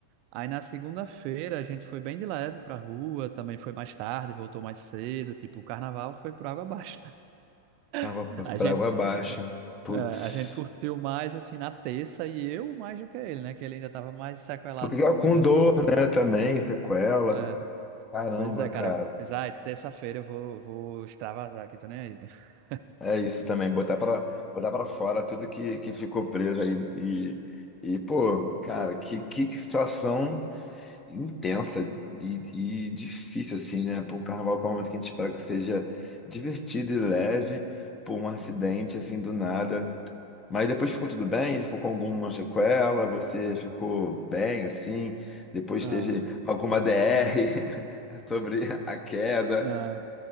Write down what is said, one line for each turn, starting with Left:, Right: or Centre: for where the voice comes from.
Right: Aí na segunda-feira a gente foi bem de leve pra rua, também foi mais tarde, voltou mais cedo, tipo, o carnaval foi por água abaixo.
Left: Água
Right: <laughs>
Left: p-
Right: A
Left: pra
Right: gente
Left: água abaixo. Putz.
Right: é, a gente curtiu mais, assim, na terça e eu mais do que ele, né? Que ele ainda tava mais sequelado
Left: Porque
Right: do
Left: é
Right: que
Left: com
Right: eu, assim.
Left: dor, né? Também, sequela.
Right: É,
Left: Caramba,
Right: pois é,
Left: cara.
Right: cara. Eu fiz, ai, terça-feira eu vou, vou extravasar aqui, tô nem aí. <laughs>
Left: É isso também, botar pra, botar pra fora tudo que, que ficou preso aí. E, e, pô, cara, que, que situação intensa e, e difícil, assim, né? Pra um carnaval que é um momento que a gente espera que seja divertido e leve, por um acidente, assim, do nada. Mas depois ficou tudo bem? Ele ficou com alguma sequela? Você ficou bem assim? Depois
Right: Não,
Left: teve alguma DR <laughs> sobre a queda?
Right: não.